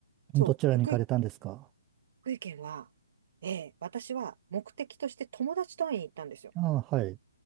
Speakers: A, on the right; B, on the right.
A: どちらに行かれたんですか
B: そう、福井、福井県は、ええ、私は目的として友達と会いに行ったんですよ。
A: ああ、はい。